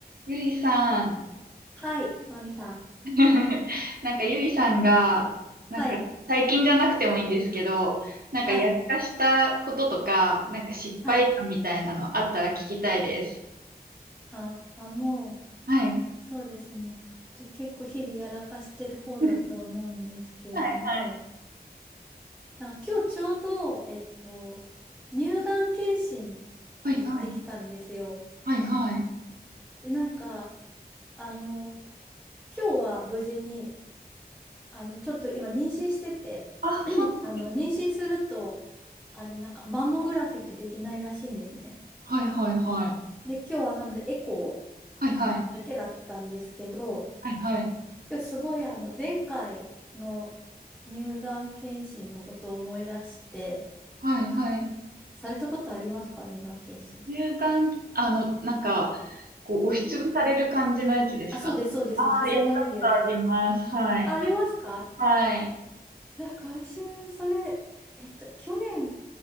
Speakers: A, on the right; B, in the centre.
A: ゆりさん。
B: はい、マミさん。
A: <laughs> なんかゆりさんが、なんか最近じゃなくてもいいんですけど、
B: はい、
A: なんかやらかしたこととか、
B: はい、
A: なんか失敗談みたいなのあったら聞きたいです。
B: はい。あ、あの、
A: はい。
B: そうですね。ちょ、結構日々やらかしてる方だと思うんですけども、
A: <laughs> はいはい。
B: なんか今日ちょうど、えっと、乳がん検診に行ってきたんですよ。
A: はいはい。はいはい。
B: で、なんか、あの、今日は無事に、あの、ちょっと今妊娠してて、
A: あ、
B: <clears throat>
A: そうなんですね。
B: あの、妊娠すると、あれ、なんか、マンモグラフィーってできないらしいんですね。
A: はいはいはい。
B: で、今日はなので、エコ
A: はいはい。
B: ーだけだったんですけど、
A: はいはい。
B: 今日すごいあの前回の乳がん検診のことを思い出して、
A: はいはい。
B: されたことありますか乳がん検診って。
A: 乳がん、あの、なんか、こう、押しつぶされる感じのやつですかああー、
B: うんあ、そうです、そうです。
A: やったことあります。
B: 挟まれるやつです。
A: はい。
B: あ、ありますか
A: はい。
B: あ今週、それ、えっと、去年